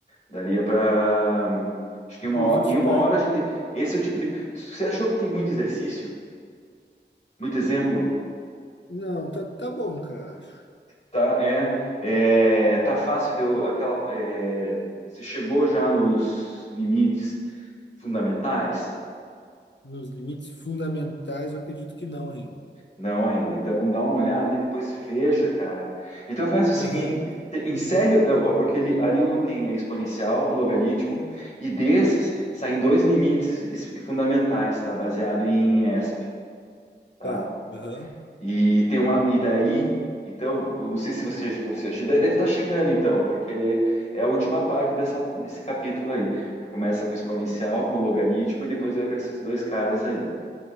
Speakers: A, on the left; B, on the left.
A: Daria para acho que
B: Inclusive
A: uma hora,
B: você
A: em uma
B: pode.
A: hora a gente. Esse é o tipo de. Você achou que tem muito exercício, muito exemplo,
B: Não, tá, tá bom, cara, acho.
A: tá? É, é tá fácil de eu- aquela. É, você chegou já nos limites fundamentais?
B: Nos limites fundamentais, eu acredito que não ainda.
A: Não ainda. Então dá uma olhada e depois veja, cara. Então faz o seguinte,
B: Aham.
A: te- encerre, ó, porque ele, ali o- tem é exponencial, logaritmo, e desses saem dois limites es- fundamentais, tá? Baseado em ESP, tá?
B: Tá, aham.
A: E tem uma e daí, então, eu não sei se você, você a deve estar chegando então, porque ele é a última parte dessa, desse capítulo aí. Começa com exponencial, com logaritmo e depois vai para esses dois caras aí,